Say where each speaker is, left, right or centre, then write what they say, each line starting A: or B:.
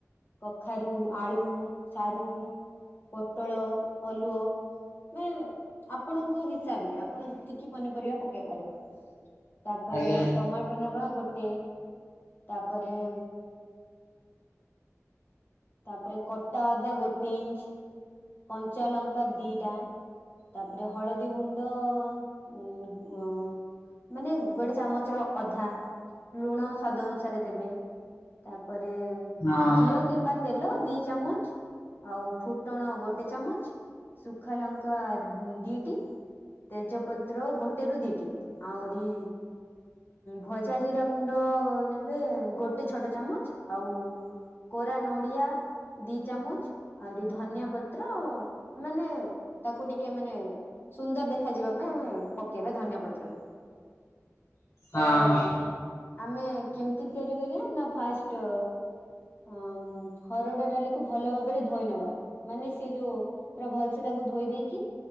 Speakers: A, on the left; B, on the left.
A: କଖାରୁ ଆଳୁ ସାରୁ ପୋଟଳ ଅଲୁଅ ନେ ଆପଣଙ୍କ ହିସାବ ରେ ଆପଣ ଯେତିକି ପନିପରିବା ପକେଇ ପାରିବେ। ତାପରେ
B: ଆଜ୍ଞା
A: ଟମାଟୋ ନେବା ଗୋଟେ ତାପରେ, ତାପରେ କଟା ଅଦା ଗୋଟେ ଇଞ୍ଚ କଞ୍ଚା ଲଙ୍କା ଦିଟା। ତାପରେ ହଳଦୀ ଗୁଣ୍ଡ ଉଁ ଅଁ ମାନେ ଗୋଟେ ଚାମଚ ର ଅଧା ଲୁଣ ସ୍ୱାଦ ଅନୁସାରେ ଦେବେ ତା ପରେ
B: ହଁ
A: ଘିଅ କିମ୍ବା ତେଲ ଦି ଚାମଚ ଆଉ ଫୁଟଣ ଗୋଟେ ଚାମଚ ଶୁଖା ଲଙ୍କା ଦିଟି ତେଜପତ୍ର ଗୋଟେରୁ ଦିଟି ଆଉରି ଭଜା ଜିରା ଗୁଣ୍ଡ ନେବେ ଗୋଟେ ଛୋଟ ଚାମଚ ଆଉ କୋରା ନୋ ଦି ଚାମଚ ଆହୁରି ଧନିଆ ପତ୍ର ମାନେ ତାକୁ ଟିକେ ମା ମାନେ ସୁନ୍ଦର ଦେଖାଯିବା ପାଇଁ ଆମେ ପକେଇବା ଧନଆ ପତ୍ରକୁ। ତ
B: ହଁ
A: ଅ
B: ହଁ
A: ଆମେ କେମିତି ତିଆରି କରିବା ନା ନା ଫାଷ୍ଟ ଅଂ ହରଡ ଡାଲିକୁ ଭଲ ଭାବରେ ଧୋଇ ନବା ମାନେ ସେ ଯୋଉ ପୁରା ଭଲସେ ତାକୁ ଧୋଇ ଦେଇକି